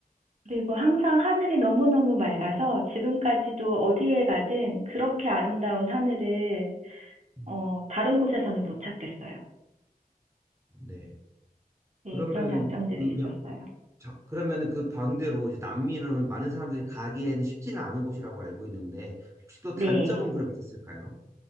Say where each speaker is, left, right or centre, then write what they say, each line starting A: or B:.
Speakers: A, on the right; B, on the right.
A: 그리고 항상 하늘이 너무너무 맑아서 지금까지도 어디에 가든 그렇게 아름다운 하늘을,
B: 음.
A: 어, 다른 곳에서는 못 찾겠어요.
B: 네.
A: 네,
B: 그러면
A: 그런 장점들이
B: 그
A: 있었어요.
B: 몇- 저- 그러면은 그 반대로 이제 남미는 많은 사람들이 가기에는 쉽지는 않은 곳이라고 알고 있는데 혹시 또
A: 네,
B: 단점은 그럼 있었을까요?